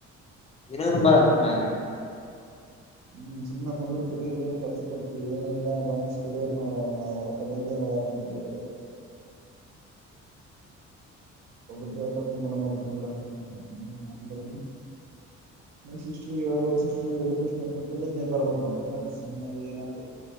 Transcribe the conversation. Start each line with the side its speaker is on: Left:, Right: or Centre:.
Left: ನಿನ್ನನ ಬಾ
Right: ಹ್ಮ್
Left: ಅಂದ್ರಮ್ಯಾಗ.
Right: ಹ್ಮ್ ಸುಮ್ ಕುಂದುರ್ತಿದ್ದಿ ಏನ್ ಕೆಲ್ಸ ಕಲ್ತವಿ ಏನೆಲ್ಲಾ <unintelligible> ಹೊಟ್ಟ ಬಂದ. <unintelligible> ಬೈದರೆ.
Left: <inaudible>
Right: ಒ ದಸ ಮನ ಅಲ್ಲಿ ಪೊಂದರಕ ಅರ
Left: <inaudible>
Right: ನಾ ಸಿಸ್ಟ್ರಿಗೆ ಹಳ್ಬೇಕು ಸಿಸ್ಟ್ರ ರಿಕ್ವೆಸ್ಟ್ ಮಾಡ್ಕಂತ ಅಂದ್ರೆ ನೀ ಬರ್ಬೇಕ ಅಂದ್ರು ನಾನು ಸುಮ್ಮನಾದೆ ಏನಂಬದು.